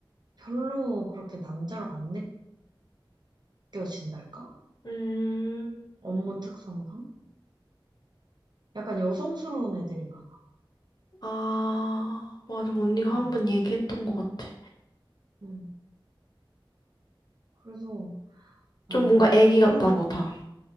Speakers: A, on the right (about 55°); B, on the left (about 50°).
A: 별로 그렇게 남자로 안 느껴진달까?
B: 음.
A: 업무 특성상? 약간 여성스러운 애들이 많아.
B: 아, 맞아. 언니가
A: 어,
B: 한 번 얘기했던 것 같아.
A: 음. 그래서 나는,
B: 좀 뭔가 애기 같다고
A: 그리고,
B: 다.